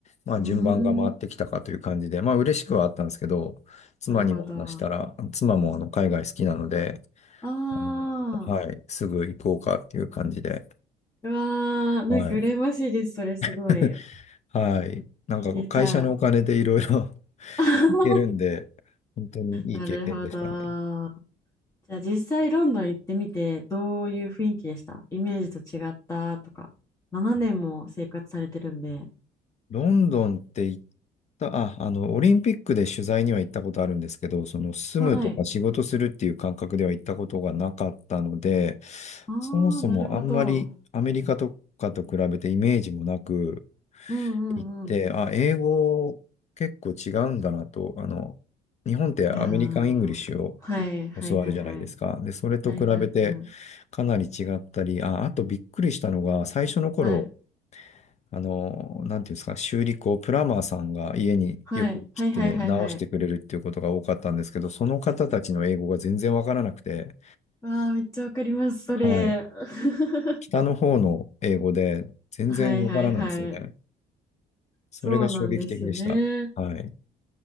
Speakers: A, on the left; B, on the left.
A: まあ順番が回ってきたかという感じで、
B: うーん、
A: まあ嬉しくはあったんですけど、妻にも話したら、
B: なるほど。あ
A: 妻もあの海外好きなので、
B: あ、
A: あのはい、すぐ行こうかっていう感じで、
B: うわー、
A: はい。
B: なんか羨ましいです。それすごい。
A: <laughs> はい。なんか会社のお金でいろいろ
B: いいです。じゃ
A: <laughs>
B: あ。<laughs>
A: 行けるんで、本当にいい経験でしたね。
B: なるほど。じゃあ実際ロンドン行ってみてどういう雰囲気でしたイメージと違ったとか。7年も生活されてるんで。
A: ロンドンって行った、あ、あの、オリンピックで取材には行ったことあるんですけど、その住むとか仕事するっていう感覚では行ったことがなかったので、
B: はい。ああ、
A: そもそもあんまりアメリカとかと比べてイメージもなく
B: なるほど。うんうんうん。
A: 行って、あ、英語結構違うんだなと、あの、日本ってアメリカン・
B: いやー。
A: イングリッシュを
B: はいはいはいはい。
A: 教わるじゃないですか。で、それと比べてかなり違ったり、
B: はいはいはい。
A: あ、あとびっくりしたのが、最初の頃、
B: はい
A: あの、なんていうんですか、修理工、プラマーさんが家によく来て直してくれるっていうことが多かったんですけど、
B: はいはいはいはいはい。
A: その方たちの英語が全然わからなくて、
B: わあ、めっちゃわかります、それ。
A: はい。
B: <laughs>
A: 北の方の英語で全然わからないんですよね。
B: はいはいはい。
A: それが衝撃的でした。
B: そうなんですよね。
A: はい。